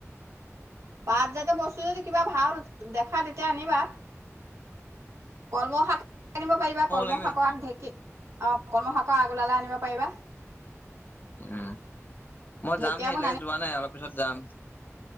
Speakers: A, on the right; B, on the left.
A: পাতজাতীয় বস্তু যদি কিবা ভাল দেখা তেতিয়া আনিবা কলমৌ শাক আনিব পাৰিবা কলমৌ
B: লাগিব
A: শাক
B: নি
A: আৰু ঢেঁকি অ' অকমান সৰকে আগবেলালে আনিব পাৰিবা
B: উম মই
A: ঢেকীয়াবোৰ
B: যাম সেইিলকে
A: নানি
B: যোৱা নাই অলপ পিছত যাম